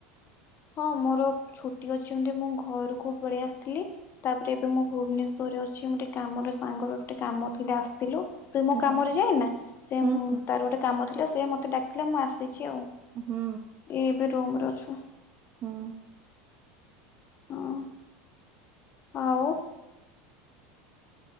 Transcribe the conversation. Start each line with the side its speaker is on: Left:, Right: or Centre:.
Left: ହଁ ମୋର ଛୁଟି ଅଛନ୍ତି ମୁଁ ଘରକୁ ପଳେଇ ଆସିଥିଲି। ତାପରେ ଏବେ ମୁଁ ଭୁବନେଶ୍ଵରରେ ଅଛି ମୁଁ ଟିକେ କାମରେ ସାଙ୍ଗରେ ଗୋଟେ କାମ ଥିଲେ ଆସିଥିଲୁ। ସେ
Right: ହୁଁ
Left: ମୋ କାମରେ ଯାଏନା ସେ
Right: ହୁଁ ହୁଁ
Left: ତାର ଗୋଟେ କାମ ଥିଲା ସିଏ ମତେ ଡାକିଲା ମୁଁ ଆସିଚି ଆଉ।
Right: ହୁଁ।
Left: ଏଇ ଏବେ ରୁମ ରେ ଅଛୁ।
Right: ହୁଁ।
Left: ହଁ ଆଉ।